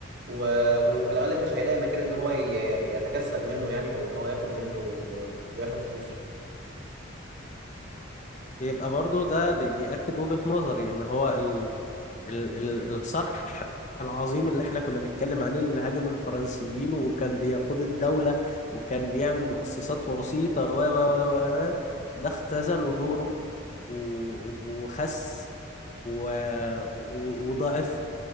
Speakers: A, on the right; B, on the left.
A: و... وفي الغالب مش هيلاقي مكان ان هو ي... يتكسب منه يعني او ان هو ياكل منه و... وياخد فلوس
B: يبقى برضو ده بي- بيأكد وجهة نظري ان هو ال ال ال الصرح العظيم اللي احنا كنا بنتكلم عليه اللي هاجم الفرنسيين وكان بيقود الدولة وكان بيعمل مؤسسات وسيطة و و و و ده اختزلوا دوره و- وخس و... و... وضعف